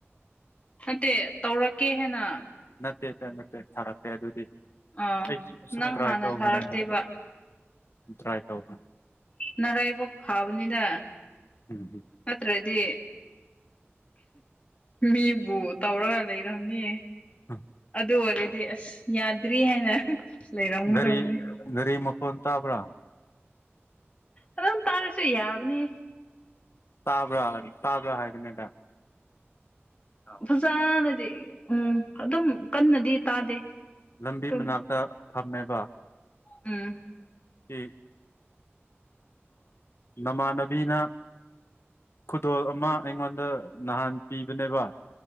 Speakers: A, on the left; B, on the left.
A: ꯅꯠꯇꯦ ꯇꯧꯔꯛꯀꯦ ꯍꯥꯏꯦꯅ
B: ꯅꯠꯇꯦ ꯅꯠꯇꯦ ꯊꯔꯛ ꯇꯦ ꯑꯗꯨꯗꯤꯗꯤ
A: ꯑꯥ
B: ꯑꯩꯁꯨ ꯁꯨꯝ
A: ꯅꯪ
B: ꯇ꯭ꯔꯥꯏ
A: ꯍꯥꯟꯅ
B: ꯇꯧꯧꯕꯅꯤꯗ
A: ꯊꯥꯔꯛꯇꯦꯕ
B: ꯎꯝ ꯇ꯭ꯔꯥꯏ ꯇꯧꯒꯅꯦ
A: ꯅꯔ ꯑꯩꯕꯣꯛ ꯐꯥꯕꯅꯤꯗ
B: ꯎꯝ
A: ꯅꯠꯇ꯭ꯔꯗꯤ ꯃꯤꯕꯨ ꯇꯧꯔꯒ ꯂꯩꯔꯝꯅꯤ
B: ꯎꯝ
A: ꯑꯗꯨ ꯑꯣꯏꯔꯗꯤ ꯑꯁ ꯌꯥꯗ꯭ꯔꯤ ꯍꯥꯏꯅ ꯂꯩꯔꯝꯒꯗꯕꯅꯤ
B: ꯒꯥꯔꯤ ꯒꯥꯔꯤ ꯃꯈꯣꯟ ꯇꯥꯕ꯭ꯔꯥ
A: ꯑꯗꯨꯝ ꯇꯥꯔꯁꯨ ꯍꯌꯥ ꯑꯅꯤ
B: ꯇꯥꯕ꯭ꯔꯥ ꯇꯥꯕ꯭ꯔꯥ ꯍꯥꯏꯕꯅꯦꯗ
A: ꯐꯖꯅꯗꯤ ꯎꯝ ꯑꯗꯨꯝ ꯀꯟꯅꯗꯤ ꯇꯥꯗꯦ
B: ꯂꯝꯕꯤ
A: ꯑꯗꯨꯝ
B: ꯃꯅꯥꯛꯇ ꯐꯝꯃꯦꯕ
A: ꯎꯝ
B: ꯁꯤ ꯅꯃꯥꯟꯅꯕꯤꯅ ꯈꯨꯗꯣꯜ ꯑꯃ ꯑꯩꯉꯣꯟꯗ ꯅꯍꯥꯟ ꯄꯤꯕꯅꯦꯕ